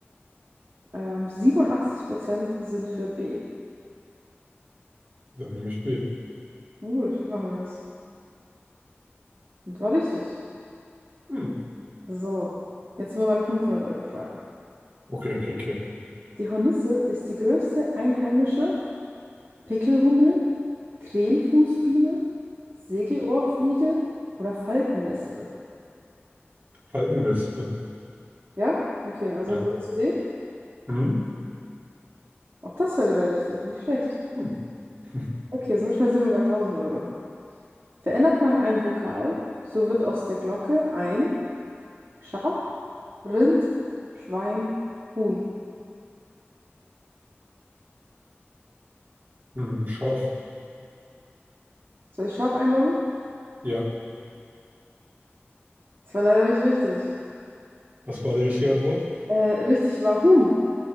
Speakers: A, on the right; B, on the right.
A: Ähm, siebenundachtzig Prozent sind für B.
B: dann nehme ich B.
A: Nun Gut, machen wir das. Und war richtig.
B: Hm.
A: So, jetzt mal meine 500-Euro-Frage.
B: Okay, okay, okay.
A: Die Hornisse ist die größte einheimische Pickelhummel, Krähenfußbiene, Segelohrfliege oder Faltenwespe.
B: Falkenwespe.
A: Ja? Okay, also
B: Ja.
A: willst du den?
B: Hm?
A: Auch das war wieder richtig, nicht schlecht.
B: Hm. <laughs>
A: Okay, so schnell sind wir bei tausend Euro. Verändert man ein Vokal, so wird aus der Glocke ein Schaf, Rind, Schwein, Huhn.
B: Hm, scharf.
A: Soll ich Schaf einloggen?
B: Ja.
A: Das war leider nicht richtig.
B: Was war die richtige Antwort?
A: Äh, richtig war Huhn,